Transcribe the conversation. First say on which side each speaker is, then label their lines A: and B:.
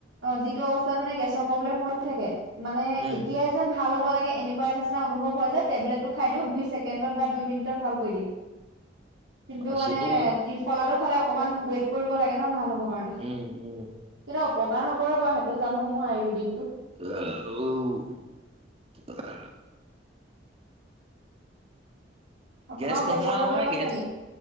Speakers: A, on the right; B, on the right.
A: অ যিটো অৱস্থাত মানে গেছৰ প্ৰব্লেম হৈ থাকে মানে
B: উম
A: এতিয়াই যেন ভাল হ'ব লাগে এনেকোৱা নিচিনা অনুভৱ হয় যে টেবলেটটো খাই দিওঁ দুই ছেকেণ্ডত বা দুই মিনিটত ভাল কৰি দিয়ে কিন্তু
B: অ,
A: মানে
B: সেইটো
A: ত্ৰিফলাটো খালে অকমান ৱেইট কৰিব লাগে ন ভাল হ'ব কাৰণে
B: উম উম
A: কিন্তু অপকাৰ নকৰে বাৰু সেইটো জানো আয়ুৰ্বেদিকটো
B: হেল্ল'
A: আপোনাৰো
B: গেছ
A: গেছৰ
B: নহোৱা
A: প্ৰব্লেম
B: নহয়
A: আছে
B: গেছ
A: নি